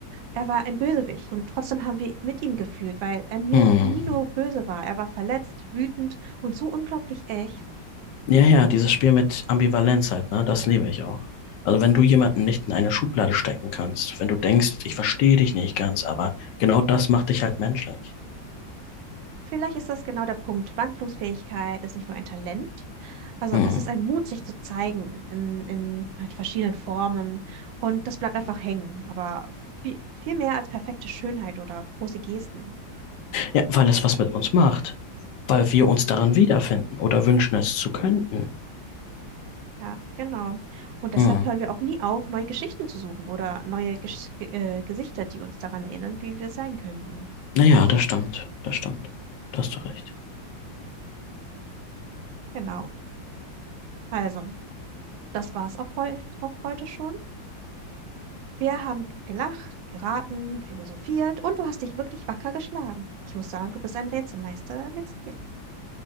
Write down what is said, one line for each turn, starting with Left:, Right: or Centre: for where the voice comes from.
Right: Er war ein Bösewicht und trotzdem haben wir mit ihm gefühlt, weil er nie,
Left: Hm.
Right: nie nur böse war. Er war verletzt, wütend und so unglaublich echt.
Left: Ja, ja, dieses Spiel mit Ambivalenz halt, ne? Das liebe ich auch. Also wenn du jemanden nicht in eine Schublade stecken kannst, wenn du denkst, ich verstehe dich nicht ganz, aber genau das macht dich halt menschlich.
Right: Vielleicht ist das genau der Punkt. Wandlungsfähigkeit ist nicht nur ein Talent, also
Left: Hm.
Right: es ist ein Mut, sich zu zeigen in, in halt verschiedenen Formen und das bleibt einfach hängen, aber viel, viel mehr als perfekte Schönheit oder große Gesten.
Left: Ja, weil es was mit uns macht. weil wir uns darin wiederfinden oder wünschen es zu könnten.
Right: Ja, genau. Und deshalb
Left: Hm.
Right: hören wir auch nie auf, neue Geschichten zu suchen oder neue Gesch ge- äh, Gesichter, die uns daran erinnern, wie wir sein könnten.
Left: Naja, das stimmt, das stimmt. Da hast du recht.
Right: Genau. Also, das war es auch, heut, auch heute schon. Wir haben gelacht, geraten, philosophiert und du hast dich wirklich wacker geschlagen. Ich muss sagen, du bist ein Rätselmeister mit Stil.